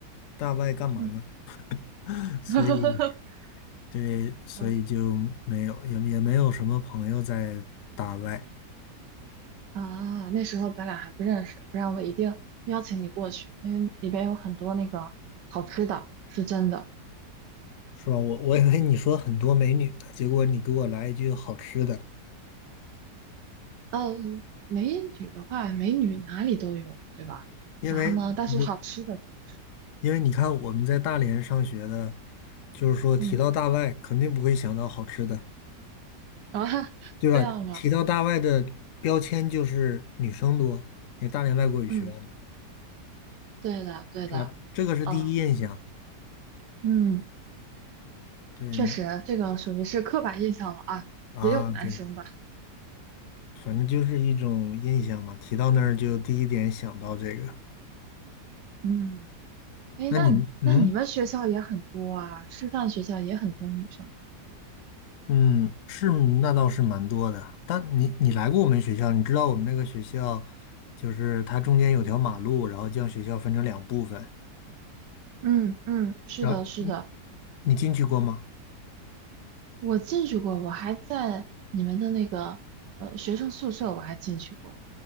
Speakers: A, on the left; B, on the right.
A: 大外干嘛呢？
B: 嗯，
A: <laughs> 所以，
B: <laughs>
A: 对，所以就没有，
B: 嗯，
A: 也也没有什么朋友在大外。
B: 啊，那时候咱俩还不认识，不然我一定邀请你过去，因为里边有很多那个好吃的，是真的。
A: 是吧？我我以为你说很多美女呢，结果你给我来一句好吃的，
B: 嗯，美女的话，美女哪里都有，对吧？
A: 因为我
B: 然后呢，但是好吃的可不是，
A: 因为你看我们在大连上学的，就是说提到大外肯定不会想到好吃的，
B: 嗯，啊，<laughs>
A: 对吧？
B: 这样啊，
A: 提到大外的标签就是女生多，因为大连外国语学院嘛，
B: 嗯，对的，对的，
A: 是吧？这个是第一印象，
B: 啊，嗯，
A: 对
B: 确实，这个属于是刻板印象了啊，
A: 啊，
B: 也有男生的，
A: 对，反正就是一种印象嘛。提到那儿就第一点想到这个。
B: 嗯，哎，
A: 那你嗯。
B: 那你那你们学校也很多啊，师范学校也很多女生啊，
A: 嗯，是，那倒是蛮多的。但你你来过我们学校，你知道我们那个学校，就是它中间有条马路，然后将学校分成两部分。
B: 嗯嗯，是的，
A: 然后
B: 是的，
A: 你进去过吗？
B: 我进去过，我还在你们的那个呃学生宿舍，我还进去过。